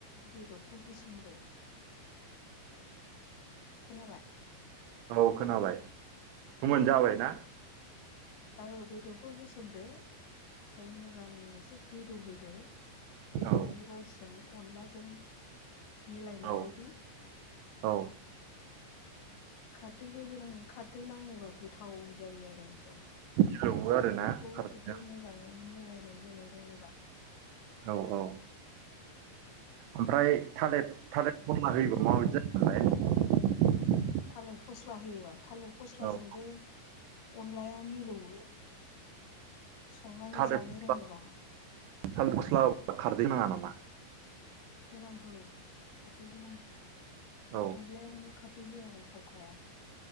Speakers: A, on the left (about 70°); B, on the right (about 80°).
A: बेदरखौ हो सन्दो
B: <inaudible>
A: खोनाबाय
B: औ खोनाबाय होमोन
A: ए
B: जाबायना
A: औ बेदरखौ होसनदो फ्राय मोजां एसे गोदौहोदो बेदरनि
B: औ
A: रसजों अनलाजों मिलायनाय
B: औ
A: बायदि
B: औ
A: खारदैबो होनाङो खारदै नाङोबा गोथाव जायो आरो ओमफ्राय
B: सोबो आरो
A: खारदैखौ
B: ना खारदैजों
A: जुदि मोजांङै मिलाय नै होनो रोङोबा
B: औ औ ओमफ्राय थालित थालित <unintelligible> होयोबा माबायदि जायोमोनलाय
A: थालिर फस्ला होयोबा थालिर फस्लाजोंबो
B: औ
A: अनलाया मिलौओ संनानै
B: थालिर
A: जानो
B: फस्ला
A: रोङोबा
B: थालिर फस्ला खारदै नाङा नामा
A: होनांगौ खादै होनांगौ
B: औ
A: अनलायावनो खा दै होआबा थावखाया